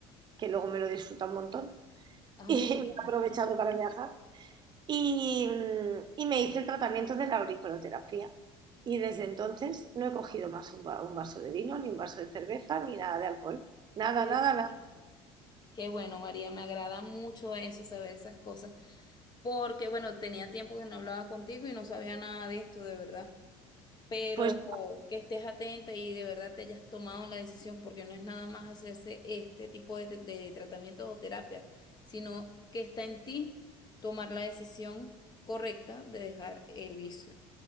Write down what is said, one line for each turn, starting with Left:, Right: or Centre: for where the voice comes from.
Right: que luego me lo disfruta un montón, <laughs>
Left: Ay,
Right: y
Left: qué rico.
Right: me he aprovechado para viajar. Y, mm, y me hice el tratamiento de la auriculoterapia. Y desde entonces no he cogido más un, va- un vaso de vino, ni un vaso de cerveza, ni nada de alcohol. Nada,
Left: Qué
Right: nada,
Left: bien.
Right: nada.
Left: Qué bueno, María. Me agrada mucho eso, saber esas cosas. Porque, bueno, tenía tiempo que no hablaba contigo y no sabía nada de esto, de verdad. pero
Right: Pues
Left: que estés atenta y de verdad te hayas tomado la decisión, porque no es nada más hacerse este tipo de, de tratamiento o terapia, sino que está en ti tomar la decisión correcta de dejar el vicio.